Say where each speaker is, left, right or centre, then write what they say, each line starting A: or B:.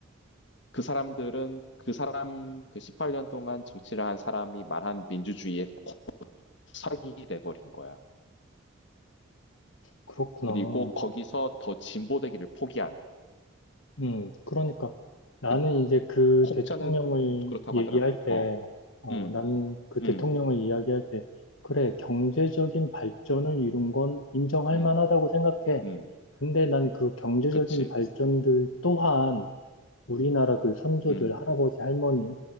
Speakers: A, on the left; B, on the left.
A: 그 사람들은 그 사람 그 18년 동안 정치를 한 사람이 말한 민주주의에 콕삭이 돼버린 거야.
B: 그렇구나.
A: 그리고 거기서 더 진보되기를 포기한
B: 음, 그러니까 나는
A: 그
B: 이제 그
A: 혹자는
B: 대통령을
A: 그렇다고
B: 얘기할
A: 하더라고.
B: 때,
A: 어,
B: 어,
A: 음,
B: 나는 그 대통령을
A: 음,
B: 이야기할 때, 그래, 경제적인 발전을 이룬 건 인정할
A: 음,
B: 만하다고 생각해.
A: 음,
B: 근데 난 그 경제적인
A: 그치,
B: 발전들 또한 우리나라 그 선조들,
A: 음,
B: 할아버지, 할머니,